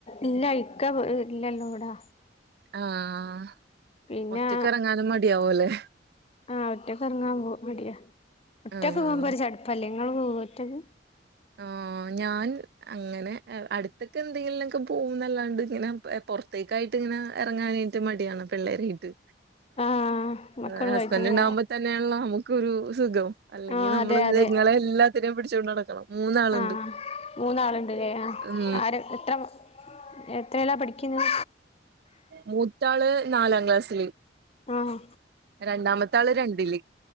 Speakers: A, on the left (about 35°); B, on the right (about 60°).
A: ഇല്ല ഇക്ക ഇല്ലല്ലോ വ്ടാ
B: ആഹ്
A: പിന്നെ
B: ഒറ്റക്ക് എറങ്ങാനും മടിയാവോലെ
A: ആഹ് ഒറ്റക്ക് എറങ്ങാൻ പോ മടിയാ ഒറ്റക്
B: ആഹ്
A: പോമ്പോ ഒരു ചടപ്പല്ലെ ങ്ങൾ പോകോ ഒറ്റക്ക്
B: ആഹ് ഞാൻ അങ്ങനെ അട്ത്ത്ക്ക് എന്തെങ്കിലിനോക്കെ പോകുന്നല്ലാണ്ട് ഇങ്ങനെ പുറത്തേക്കായി ട്ട്ങ്ങന എറങ്ങാനായിട്ട് മടിയാണ് പിള്ളേരേയിട്ട്
A: ആഹ് മക്കളുമായിട്ടില്ലേ
B: അഹ് ഹസ്ബൻഡ് ഉണ്ടാകുമ്പ തന്നെയാണല്ലോ നമുക്കൊരു സുഖം അല്ലെങ്കിൽ
A: ആഹ്
B: നമ്മള്
A: അതെ അതെ
B: ങ്ങളെ എല്ലാം തിരം പിടിച്ചോണ്ട് നടക്കണം മൂന്നാളുണ്ട്
A: ആഹ് ആഹ് മൂന്നാള്ണ്ട്ലെ ആഹ്
B: ഉം
A: ആര എത്ര എത്രയിലാ പഠിക്കിന്നെ
B: മൂത്താള് നാലാം ക്ലാസ്സില്
A: ആഹ്
B: രണ്ടാമത്താള് രണ്ടില്.